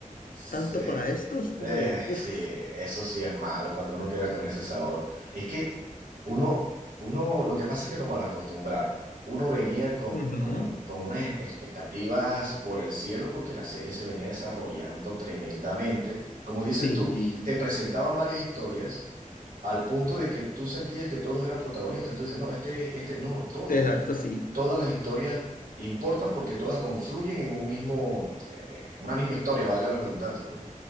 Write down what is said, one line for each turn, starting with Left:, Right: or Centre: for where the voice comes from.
Right: Sí,
Left: tanto para esto, es como
Right: eh,
Left: de, uff,
Right: sí, eso sí es malo cuando uno queda con ese sabor. Es que uno, uno, lo que pasa es que nos malacostumbraron. Uno venía con,
Left: Ujú,
Right: con, con unas expectativas por el cielo porque la serie se venía desarrollando tremendamente. Como dices
Left: sí,
Right: tú, te presentaban varias historias al punto de que tú sentías que todos eran protagonistas. Tú dices, no, este, este, no, todos.
Left: exacto, sí.
Right: Todas las historias importan porque todas confluyen en un mismo, eh, en una misma historia, valga la redundancia, pues.